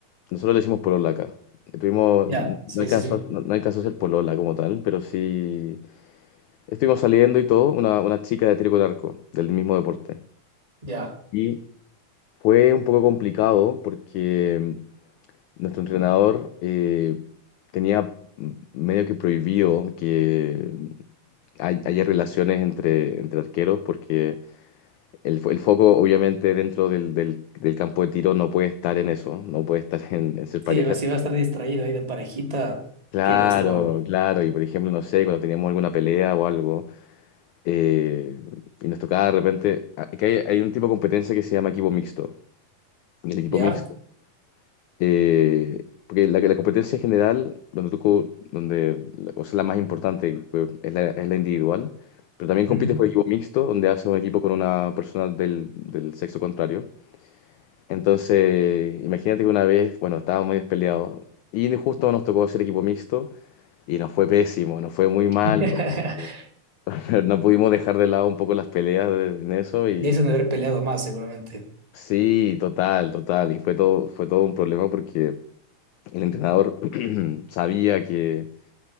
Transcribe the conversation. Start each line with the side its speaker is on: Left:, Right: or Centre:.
Left: nosotros le decimos polola acá. Tuvimos,
Right: Ya,
Left: no
Right: sí,
Left: alcanzó,
Right: sí, sí.
Left: no, no alcanzó a ser polola como tal, pero sí... Estuvimos saliendo y todo, una, una chica de tiro con arco, del mismo deporte.
Right: Ya.
Left: Y fue un poco complicado porque mm, nuestro entrenador eh, tenía medio que prohibido que mm, hay- haya relaciones entre, entre arqueros porque el, fo- el foco obviamente dentro del, del- del campo de tiro no puede estar en eso, no puede estar <laughs> en, en ser
Right: Sí,
Left: pareja.
Right: va- si va a estar distraído ahí de parejita,
Left: Claro,
Right: pierdes todo.
Left: claro. Y por ejemplo, no sé, cuando teníamos alguna pelea o algo. Eh, y nos tocaba de repente, a- que hay, hay un tipo de competencia que se llama equipo mixto. Y el equipo
Right: ¿Ya?
Left: mixto, eh, porque la, la competencia general, donde tú, co- donde, la- o sea, la más importante, pues, es la, es la individual, pero también
Right: Ujú.
Left: compites por equipo mixto, donde haces un equipo con una persona del, del sexo contrario. Entonces, imagínate que una vez, bueno, estábamos medio peleados y justo nos tocó hacer equipo mixto y nos fue pésimo, nos fue muy mal,
Right: <laughs>
Left: porque <laughs> no pudimos dejar de lado un poco las peleas de- en eso y...
Right: Ya hizo de haber peleado más, seguramente.
Left: Sí, total, total. Y fue todo, fue todo un problema porque el entrenador <clears throat> sabía que,